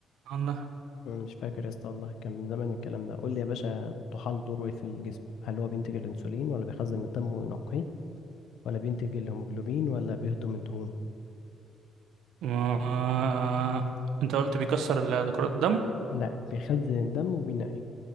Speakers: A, on the right; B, on the left.
A: الله
B: مم، مش فاكر يا اسطى والله كان من زمان الكلام ده قول لي يا باشا الطحال دوره ايه في الجسم هل هو بينتج الانسولين ولا بيخزن الدم وينقيه ولا بينتج الهيموجلوبين ولا بيهضم الدهون
A: ما... انت قلت بيكسر ال- كرات الدم
B: لا بيخزن الدم وبينقي